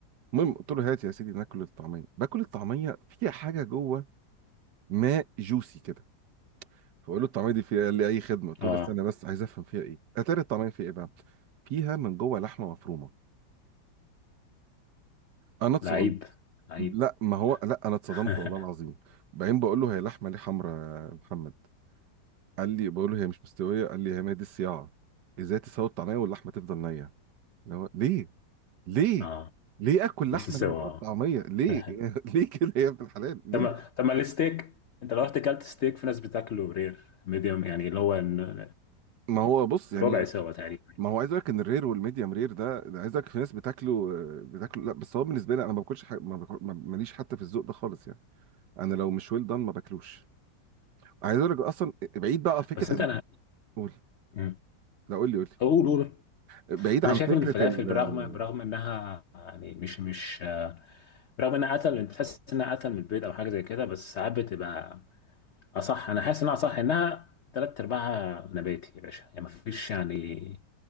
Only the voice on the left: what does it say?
اه
لعيب لعيب
<laughs>
اه
نص سوا
اه
<laughs>
طب ما- طب ما الستيك انت لو رحت كلت ستيك في ناس بتاكله رير ميديوم يعني اللي هو ن-
ربع سوا تقريبا
بس
انت انا
مم.
قول قول
انا
شايف
ان الفلافل
برغم
برغم انها يعني مش مش آه، برغم انها اتقل بتحس انها اتقل من البيض او حاجه زي كده بس ساعات بتبقى اه صح انا حاسس انها صح انها تلات ارباعها نباتي يا باشا يعني مفيش يعني